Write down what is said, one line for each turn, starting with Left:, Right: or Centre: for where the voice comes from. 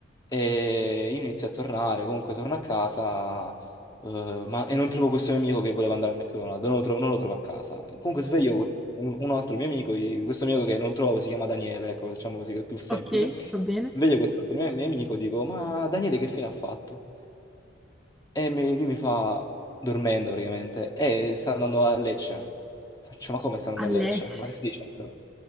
Left: e io inizio a tornare, comunque torno a casa eh, ma- e non trovo questo mio amico che voleva andare al McDonald's, non lo, tro- non lo trovo a casa. Comunque sveglio un, un altro mio amico, i- questo mio amico che non trovo si chiama Daniele, ecco, diciamo così che è più semplice.
Centre: ok, va bene.
Left: Sveglio questo altro mio, mio amico, dico, ma Daniele che fine ha fatto? E mi- lui mi fa, dormendo praticamente, e sta andando a Lecce. Faccio, ma come sta andando
Centre: A Lecce.
Left: a Lecce? Ma che stai dicendo?